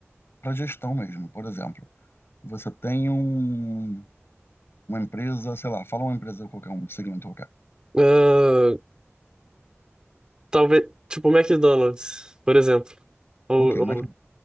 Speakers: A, on the left (about 55°); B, on the right (about 15°).
A: para gestão mesmo, por exemplo. Você tem um, uma empresa, sei lá, fala uma empresa qualquer, um segmento qualquer.
B: Ah, talvez, tipo, McDonald's, por exemplo. Ou,
A: Ok,
B: ou-
A: Mac,